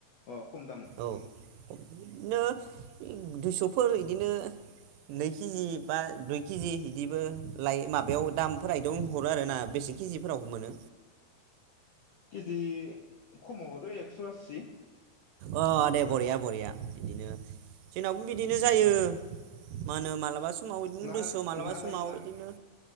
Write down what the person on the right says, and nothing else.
औ बिदिनो दुइसफोर बिदिनो नै केजि बा दुइ केजि बिदिबो लायो माबायाव दामफोरा बिदियावनो हरो आरो ना बेसे केजिफोरावबो मोनो
अ दे बरिया बरिया बिदिनो। जोंनावबो बिदिनो
जायो। मानो मालाबा स माव इदिनो
दुइस' मालाबा
समाव
इदिनो